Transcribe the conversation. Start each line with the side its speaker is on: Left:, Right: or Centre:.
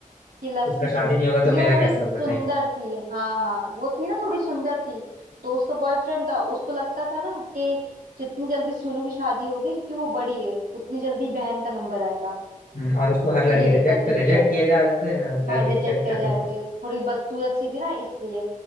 Right: खिलस्ती
Left: उसका
Right: थी
Left: शादी नहीं
Right: क्योंकि
Left: होगा तो मेरा
Right: वो थोड़ी
Left: कैसे
Right: सुंदर
Left: होगा टाइप
Right: थी हाँ हाँ वो थी ना थोड़ी सुंदर थी तो उसका बॉयफ्रेंड था उसको लगता था ना कि जितनी जल्दी सुरु की शादी होगी क्योंकि वो बड़ी है उतनी जल्दी बहन का नंबर आएगा
Left: हम्म, और उसको हर लड़के
Right: तो ये दिक्कत
Left: रिजेक्ट
Right: थी इसके
Left: रिजेक्ट
Right: साथ
Left: किए जा रहे थे हर
Right: हार्ट
Left: लड़के
Right: रिजेक्ट
Left: रिजेक्ट कर
Right: कर जाते
Left: रहे थे
Right: थोड़ी बदसूरत सी थी ना इसलिए